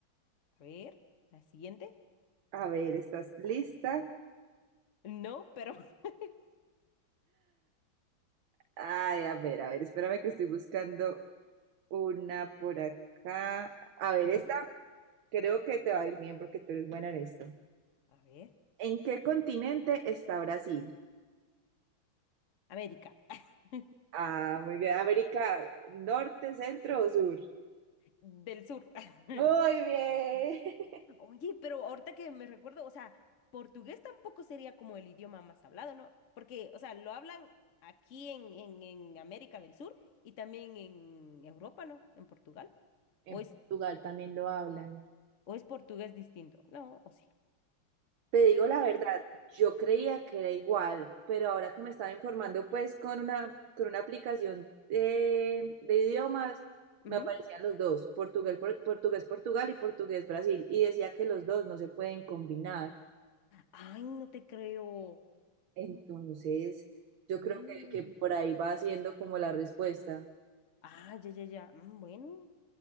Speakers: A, on the left; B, on the right.
A: a ver, la siguiente.
B: A ver, ¿estás lista?
A: No, pero... <laughs>
B: Ay, a ver, a ver, espérame que estoy buscando una por acá. A ver,
A: Ujú.
B: esta creo que te va a ir bien porque tú eres buena en esto.
A: A ver,
B: ¿En qué continente está Brasil?
A: América <laughs>
B: Ah, muy bien. ¿América Norte, Centro o Sur?
A: del Sur. <laughs>
B: Muy bien. <laughs>
A: Oye, pero ahorita que me recuerdo, o sea, portugués tampoco sería como el idioma más hablado, ¿no? Porque, o sea, lo hablan aquí en, en, en América del Sur y también en Europa, ¿no? En Portugal.
B: En
A: ¿O es,
B: Portugal también lo hablan.
A: o es portugués distinto? No, o sí.
B: Te digo la verdad, yo creía que era igual, pero ahora que me estaba informando, pues con una, con una aplicación eh, de, idiomas,
A: Ujú.
B: me aparecían los dos, Portugal, por- portugués Portugal y portugués Brasil, y decía que los dos no se pueden combinar.
A: Ay, no te creo.
B: Entonces,
A: Mm.
B: yo
A: Mm.
B: creo que, que por ahí va siendo como la respuesta.
A: Ah, ya, ya, ya. Mm, bueno,